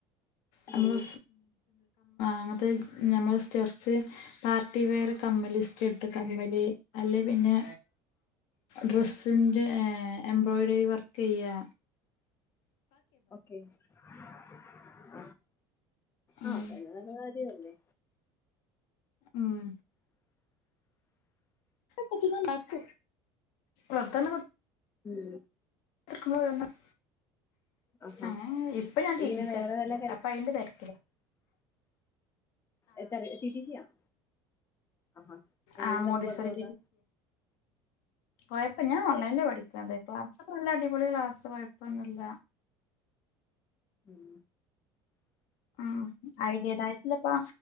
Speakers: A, on the left; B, on the left.
A: നമ്മള്
B: ഉം
A: അങ്ങത്തെ നമ്മള് സ്റ്റെർച്ച് പാർട്ടി വെയർ കമ്മല് സ്റ്റഡ് കമ്മല് അല്ലെ പിന്നെ ഡ്രെസ്സിന്റെ എംബ്രോയ്ഡറി വർക്ക് യ്യെ
B: ഓക്കെ ആഹ്
A: ഉം
B: ആഹ് അത് ന്നെ നല്ല കാര്യ അല്ലേ
A: ഉം കുച്ച നക്ക വത <unintelligible>
B: ഉം
A: ക്ക <unintelligible>
B: ആഹാ
A: ആഹ് ഇപ്പ ഞാൻ തിരീച്ചത്
B: ഇങ്ങനെ വേറെ വല്ല
A: അപ്പൊ അയിന്റെ തരക്കില
B: എന്താ ടി ടി സി ആണോ? ആഹാ എങ്ങനെയുണ്ടപ്പൊ
A: ആഹ് മോണ്ടിസോറി
B: പടുത്തൊക്കെ
A: കുഴപ്പം ഞാൻ ഓൺലൈനില് പഠിക്കുന്നത് ക്ലാസ്ക്കെ നല്ല അടിപൊളി ക്ലാസ് കുഴപ്പൊന്നുല്ല
B: ഉം
A: ആ ആയിതെന്റേതായിട്ടില്ലപ്പ